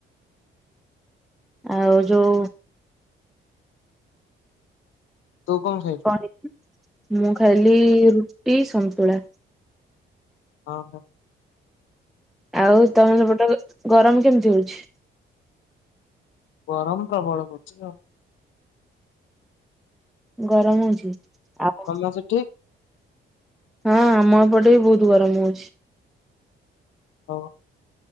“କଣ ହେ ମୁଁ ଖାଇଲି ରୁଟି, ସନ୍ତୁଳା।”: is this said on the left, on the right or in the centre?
Centre